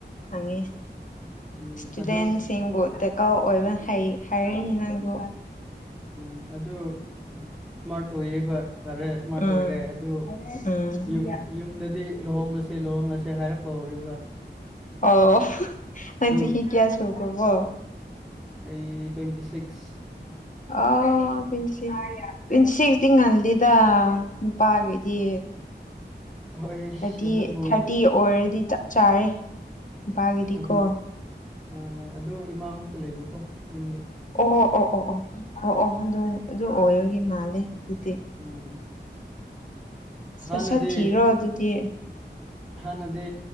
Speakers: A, on the left; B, in the centre.
A: ꯈꯪꯉꯤ
B: ꯎꯝ
A: ꯏꯁꯇꯨꯗꯦꯟꯁꯤꯡꯕꯨ
B: ꯑꯗꯨ
A: ꯇꯦꯛꯀꯀꯥꯎ ꯑꯣꯏꯕ ꯍꯩ ꯍꯥꯏꯔꯔꯤꯅꯤ ꯅꯪꯕꯨ
B: ꯎꯝ ꯑꯗꯨ ꯁ꯭ꯃꯥꯔꯠ ꯑꯣꯏꯌꯦꯕ ꯐꯔꯦ ꯏꯁꯃꯥꯔꯠ
A: ꯎꯝ
B: ꯑꯣꯏꯔꯦ ꯑꯗꯨ
A: ꯎꯝ
B: ꯌꯨꯝ ꯌꯨꯝꯗꯗꯤ ꯂꯨꯍꯣꯡꯂꯁꯤ ꯂꯨꯍꯣꯡꯡꯂꯁꯤ ꯍꯥꯏꯔꯛꯄ ꯍꯧꯔꯤꯕ
A: ꯑꯣ ꯃꯥ
B: ꯑꯗꯨ
A: ꯆꯍꯤ ꯀꯌꯥ ꯁꯨꯈꯔ꯭ꯕꯣ
B: ꯑꯩ ꯇ꯭ꯋꯦꯟꯇꯤ ꯁꯤꯛꯁ
A: ꯑꯣ ꯇ꯭ꯋꯦꯟ ꯇ꯭ꯋꯦꯟꯇ ꯁꯤꯛꯇꯤ ꯉꯜꯂꯤꯦꯗ ꯅꯨꯄꯥꯈꯗꯤ
B: ꯍꯣꯏ
A: ꯊꯥꯔꯇꯤ
B: ꯑꯗꯨꯕꯨ
A: ꯊꯥꯔꯇꯤ ꯑꯣꯏꯔꯗꯤ ꯆꯥꯔꯦ ꯅꯨꯄꯥꯒꯤꯗꯤꯀꯣ
B: ꯑꯗꯨ ꯍꯣꯏ ꯍꯣꯏ ꯑꯗꯨ ꯏꯃꯥ ꯉꯇ ꯂꯩꯕꯀꯣ ꯌꯨꯝꯗ
A: ꯑꯣ ꯑꯣ ꯑꯣ ꯑꯣ ꯑꯣꯗ ꯑꯗꯨ ꯑꯣꯏꯔꯣꯏꯒꯤ ꯃꯥꯂꯦ ꯍꯧꯖꯤꯛꯇꯤ
B: ꯎꯝ
A: ꯁꯠ
B: ꯍꯥꯟꯅꯗꯤ
A: ꯁꯠꯊꯤꯔꯣ ꯑꯗꯨꯗꯤ
B: ꯍꯥꯟꯅꯗꯤ